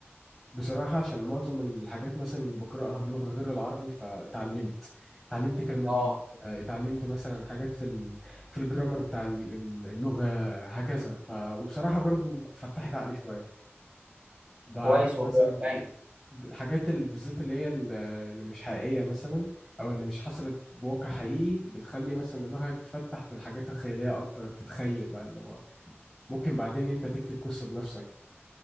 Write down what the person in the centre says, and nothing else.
بصراحة عشان معظم الحاجات مثلا اللي بقرأها بلغة غير العربي فتعلمت اتعلمت كلمات
جديدة آه، اتعلمت مثلا حاجات في ال... في الجرامر بتاع ال- ال- اللغة هكذا ف... وبصراحة برضو فتحت عقلي شوية بقى
عندي مثلا
م-
الحاجات اللي بالذات اللي هي ال- اللي مش حقيقية مثلا أو اللي مش حصلت بواقع حقيقي بتخلي مثلا دماغك تفتح في الحاجات الخيالية أكتر تتخيل بقى اللي هو ممكن بعدين أنت تكتب قصة بنفسك